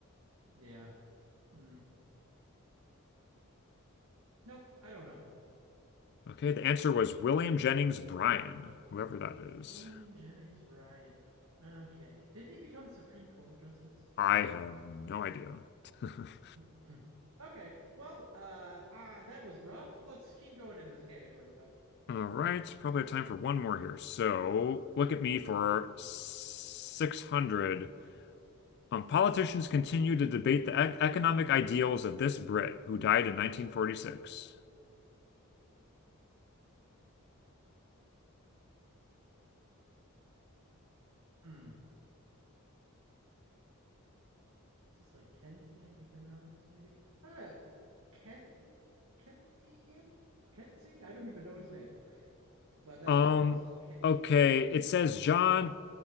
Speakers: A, on the right; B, on the left.
A: Yeah. Mm. Nope. I don't know.
B: Okay, the answer was William Jennings Bryan, whoever that is.
A: William Jennings Bryan. Okay. Didn't he become a Supreme Court justice?
B: I
A: Or am
B: have
A: I?
B: no idea. <laughs>
A: Mm-mm. Okay. Well, uh, uh, that was rough. Let's keep going in this category, though.
B: All right, probably have time for one more here. So
A: Okay.
B: look at me for 600. Um, politicians continue to debate the e economic ideals of this Brit who died in 1946.
A: Hmm. Is this like Keynesian economics, maybe? Ah, Ken Keynesian? Kenzie? I don't even know his name, but that's
B: Um,
A: my guess. Ken.
B: okay, it says John